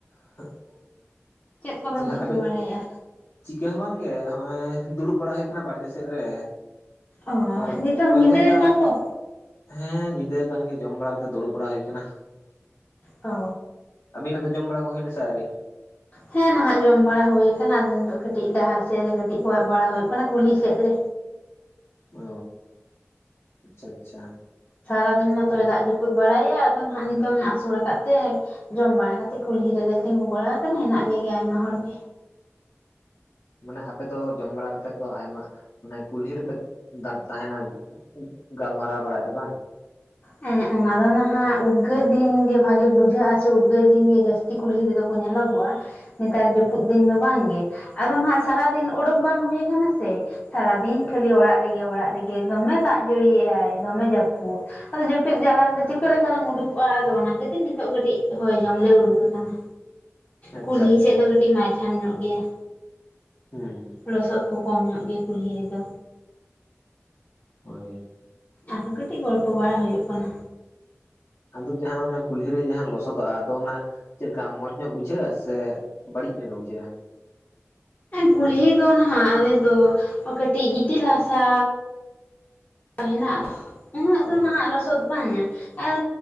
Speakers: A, on the left; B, on the left.
A: <inaudible>
B: ᱪᱮᱫ ᱠᱚᱵᱮᱱ
A: ᱛᱟᱦᱚᱞᱮ
B: ᱪᱤᱠᱟᱹ
A: ᱟᱵᱤᱱ
B: ᱵᱟᱲᱟᱭᱮᱜᱼᱟ?
A: ᱪᱤᱠᱟᱹ ᱦᱚᱸ ᱵᱟᱝᱜᱮ, ᱦᱚᱸᱜᱼᱚᱭ ᱫᱩᱲᱩᱵ ᱵᱟᱲᱟ ᱦᱩᱭᱩᱜ ᱠᱟᱱᱟ ᱵᱟᱲᱜᱮ ᱥᱮᱜ ᱨᱮ᱾
B: ᱚ
A: ᱟᱨ
B: ᱧᱤᱛᱚᱝ
A: ᱠᱚᱭᱚᱜ
B: ᱧᱤᱫᱟᱹ
A: ᱦᱩᱭ ᱟᱠᱟᱱᱟ
B: ᱟᱠᱟᱱ
A: ᱟᱨ
B: ᱫᱚ᱾
A: ᱦᱮᱸ ᱧᱤᱫᱟᱹ ᱠᱟᱱᱜᱮ, ᱡᱚᱢ ᱵᱟᱲᱟ ᱠᱟᱛᱮ ᱫᱩᱲᱩᱵ ᱵᱟᱲᱟ ᱦᱩᱭ ᱠᱟᱱᱟ।
B: ᱚᱻ
A: ᱟᱹᱵᱤᱱᱟᱜ ᱫᱚ ᱡᱚᱢ ᱵᱟᱲᱟ ᱠᱚ ᱦᱩᱭᱱᱟ ᱥᱮ ᱟᱹᱨᱤ?
B: ᱦᱮᱸ ᱱᱟᱦᱟᱜ ᱡᱚᱢ ᱵᱟᱲᱟ ᱦᱩᱭ ᱟᱠᱟᱱᱟ, ᱟᱫᱚ ᱱᱤᱛᱚᱜ ᱠᱟᱹᱴᱤᱡ ᱰᱟᱦᱟᱨ ᱥᱮᱫ ᱨᱮ ᱠᱟᱹᱴᱤᱡ ᱠᱚᱭᱚᱜ ᱵᱟᱲᱟᱳ ᱠᱟᱱᱟ, ᱠᱩᱞᱦᱤ ᱥᱮᱫ ᱨᱮ।
A: ᱚᱻ ᱟᱪᱪᱷᱟ ᱟᱪᱪᱷᱟ।
B: ᱥᱟᱨᱟ ᱫᱤᱱ ᱢᱟᱛᱚᱭ
A: ᱦᱳᱭ
B: ᱫᱟᱜ ᱡᱟᱹᱯᱩᱫ ᱵᱟᱲᱟᱭᱼᱟ। ᱟᱫᱚ ᱱᱦᱟᱜ ᱱᱤᱛᱚᱝᱮ ᱟᱹᱥᱩᱲ ᱟᱠᱟᱫ ᱛᱮ ᱼᱼ ᱡᱚᱢ ᱵᱟᱲᱟ ᱠᱟᱛᱮᱫ ᱠᱩᱞᱦᱤ ᱨᱮᱞᱮ ᱛᱤᱸᱜᱩ ᱵᱟᱲᱟ ᱟᱠᱟᱱᱟ, ᱦᱮᱱᱟᱜ ᱞᱮᱜᱭᱟ ᱟᱭᱢᱟ ᱦᱚᱲ ᱜᱮ।
A: ᱢᱟᱱᱮ ᱟᱯᱮ ᱫᱚ ᱡᱚᱢ ᱵᱟᱲᱟ ᱠᱟᱛᱮᱫ ᱫᱚ, ᱟᱭᱢᱟ ᱢᱟᱱᱮ ᱠᱩᱞᱦᱤ ᱨᱮᱯᱮ ᱫᱟ? <unintelligible> ᱛᱟᱦᱮᱱᱟ ᱜᱟᱞᱢᱟᱨᱟᱣ ᱵᱟᱲᱟᱭ ᱯᱮ ᱵᱟᱝ?
B: ᱦᱮᱸ ᱚᱱᱟ ᱫᱚ ᱱᱟᱦᱟᱸᱜ ᱩᱫᱽᱜᱟᱹᱨ ᱫᱤᱱ ᱜᱮ ᱵᱷᱟᱜᱮ ᱵᱩᱡᱷᱟᱹᱜᱼᱟ ᱥᱮ ᱩᱫᱽᱜᱟᱹᱨ ᱫᱤᱱ ᱜᱮ ᱡᱟᱹᱥᱛᱤᱼᱼ ᱪᱮ ᱠᱩᱞᱦᱤ ᱛᱮ ᱫᱚ ᱠᱚ ᱧᱮᱞᱚᱜᱚᱜᱼᱟ ᱱᱮᱛᱟᱨ
A: ᱦᱩᱸ
B: ᱡᱟᱹᱯᱩᱫ ᱫᱤᱱ ᱫᱚ ᱵᱟᱝ ᱜᱮ᱾ ᱟᱫᱚ ᱱᱟᱦᱟᱸᱜ ᱥᱟᱨᱟᱫᱤᱱ ᱩᱰᱳᱠ ᱵᱟᱝ ᱦᱩᱭᱩᱜ ᱠᱟᱱᱟ ᱥᱮ ᱥᱟᱨᱟ ᱫᱤᱱ ᱠᱷᱟᱹᱞᱤ ᱚᱲᱟᱜ ᱨᱮᱜᱮ ᱚᱲᱟᱜ ᱨᱮᱜᱮ ᱫᱚᱢᱮ ᱫᱟᱜ ᱡᱟᱹᱲᱤᱭᱮᱫᱼᱟᱭ ᱫᱚᱢᱮ ᱡᱟᱹᱯᱩᱫ᱾ ᱟᱫᱚ ᱡᱟᱹᱯᱤᱫ ᱡᱟᱞᱟ ᱨᱮᱫᱚ ᱪᱤᱠᱟᱹ ᱞᱮ ᱛᱟᱦᱞᱮᱢ ᱩᱰᱩᱠᱚᱜᱼᱟ ᱟᱫᱚ ᱚᱱᱟ ᱠᱷᱟᱹᱛᱤᱨ ᱱᱤᱛᱚᱜ ᱠᱟᱹᱴᱤᱡ ᱦᱚᱭ ᱡᱚᱢ ᱞᱮ ᱩᱰᱩᱠ ᱟᱠᱟᱱᱟ᱾
A: ᱟᱪᱪᱷᱟ
B: ᱠᱩᱞᱦᱤ
A: ᱟᱪᱪᱷᱟ
B: ᱥᱮᱫ
A: ᱟᱪᱪᱷᱟ
B: ᱫᱚ ᱠᱟᱹᱴᱤᱡ ᱢᱟᱭᱛᱷᱟᱱ ᱧᱚᱜ ᱜᱮᱭᱟ᱾
A: ᱦᱮᱸᱻ
B: ᱞᱚᱥᱚᱫ ᱠᱚ ᱠᱚᱢ ᱧᱚᱜ ᱜᱮᱭᱟ ᱠᱩᱞᱦᱤ ᱨᱮᱫᱚ᱾
A: ᱦᱳᱭ
B: ᱟᱫᱚ ᱠᱟᱹᱴᱤᱡ ᱜᱚᱞᱯᱚ ᱵᱟᱲᱟ ᱦᱩᱭᱩᱜ ᱠᱟᱱᱟ᱾
A: ᱟᱫᱚ ᱡᱟᱦᱟᱸ ᱠᱩᱞᱦᱤ ᱨᱮ ᱡᱟᱦᱟᱸ ᱞᱚᱥᱚᱫᱚᱜᱼᱟ ᱟᱫᱚ ᱚᱱᱟ᱾ ᱪᱮᱫ ᱞᱮᱠᱟ ᱢᱚᱸᱡᱽ ᱧᱚᱜ ᱵᱩᱡᱷᱟᱹᱜᱼᱟ ᱥᱮ ᱵᱟᱹᱲᱤᱡ ᱧᱚᱜ ᱜᱮ ᱵᱩᱡᱷᱟᱹᱜᱼᱟ?
B: ᱠᱩᱞᱦᱤ ᱫᱚ ᱱᱟᱦᱟᱸᱜ ᱟᱞᱮ ᱫᱚ ᱠᱟᱹᱴᱤᱡ ᱜᱤᱛᱤᱞ ᱦᱟᱥᱟ᱾ ᱦᱮᱱᱟᱜᱼᱟ ᱩᱱᱟᱹᱜ
A: ᱦᱳᱭ
B: ᱫᱚ ᱱᱟᱦᱟᱸᱜ ᱞᱚᱥᱚᱫᱼᱼ ᱞᱚᱥᱚᱫ ᱵᱟᱝᱟ ᱟᱨ